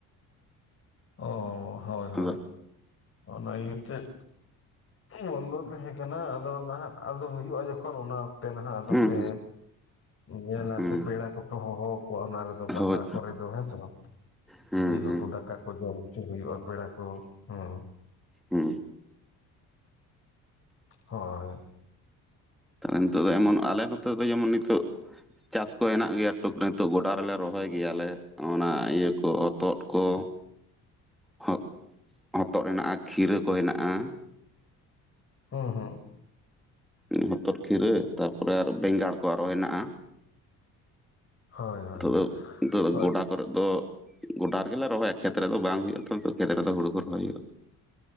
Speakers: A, on the left; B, in the centre.
A: ᱚ ᱦᱚᱭ ᱦᱚᱭ
B: ᱟᱫᱚ
A: ᱚᱱᱟ ᱤᱭᱟᱹ ᱛᱮᱫ ᱵᱚᱱᱫᱚ ᱛᱟᱦᱮᱸ ᱠᱟᱱᱟ ᱟᱫᱚ ᱱᱟᱦᱟᱜ ᱟᱫᱚ ᱦᱩᱭᱩᱜᱼᱟ ᱡᱚᱠᱷᱚᱱ ᱚᱱᱟ ᱚᱠᱛᱮ ᱱᱟᱦᱟᱜ ᱟᱫᱚᱯᱮ
B: ᱦᱩᱸ
A: ᱧᱮᱞᱟ
B: ᱦᱩᱸ
A: ᱥᱮ ᱯᱮᱲᱟ ᱠᱚᱯᱮ ᱦᱚᱦᱚ ᱣᱟᱠᱚᱣᱟ ᱚᱱᱟ ᱨᱮᱫᱚ ᱯᱟᱛᱟ
B: ᱦᱳᱭ
A: ᱠᱚᱨᱮ ᱫᱚ ᱦᱮᱸᱥᱮ ᱵᱟᱝ
B: ᱦᱩᱸ
A: ᱡᱤᱞ
B: ᱦᱩᱸ
A: ᱩᱛᱩ ᱫᱟᱠᱟ ᱠᱚ ᱡᱚᱢ ᱦᱚᱪᱚ ᱦᱩᱭᱩᱜᱼᱟ ᱯᱮᱲᱟ ᱠᱚ ᱦᱩᱸ
B: ᱦᱩᱸ
A: ᱦᱚᱭ
B: ᱱᱤᱛᱚᱜ ᱫᱚ ᱮᱢᱚᱱ ᱟᱞᱮ ᱱᱚᱛᱮ ᱫᱚ ᱡᱮᱢᱚᱱ ᱱᱤᱛᱚᱜ ᱪᱟᱥᱠᱚ ᱦᱮᱱᱟᱜ ᱜᱮᱭᱟ ᱴᱩᱠ ᱨᱮ ᱜᱚᱰᱟ ᱨᱮᱞᱮ ᱨᱚᱦᱚᱭ ᱜᱮᱭᱟᱞᱮ ᱚᱱᱟ ᱤᱭᱟᱹ ᱠᱚ ᱦᱚᱛᱚᱫ ᱠᱚ ᱦᱚ ᱦᱚᱛᱚᱫ ᱦᱮᱱᱟᱜᱼᱟ ᱠᱷᱤᱨᱟᱹ ᱠᱚ ᱦᱮᱱᱟᱜᱼᱟ
A: ᱦᱩᱸ ᱦᱩᱸ
B: ᱦᱚᱛᱚᱫ ᱠᱷᱤᱨᱟᱹ ᱛᱟᱨᱯᱚᱨᱮ ᱟᱨ ᱵᱮᱸᱜᱟᱲ ᱠᱚ ᱟᱨᱚ ᱦᱮᱱᱟᱜᱼᱟ
A: ᱦᱳᱭ ᱦᱳᱭ
B: ᱱᱤᱛᱳᱜ ᱫᱚ, ᱱᱤᱛᱳᱜ ᱫᱚ‌
A: ᱦᱳᱭ
B: ᱜᱚᱰᱟ ᱠᱚᱨᱮᱫ ᱫᱚ ᱜᱚᱰᱟ ᱨᱮᱜᱮ ᱞᱮ ᱨᱚᱦᱚᱭᱟ ᱠᱷᱮᱛ ᱨᱮᱫᱚ ᱵᱟᱝ ᱦᱩᱭᱩᱜᱼᱟ ᱛᱚ ᱱᱤᱛᱚᱜ ᱠᱷᱮᱛ ᱨᱮᱫᱚ ᱦᱩᱲᱩ ᱠᱚ ᱨᱚᱦᱚᱭ ᱦᱩᱭᱩᱜᱼᱟ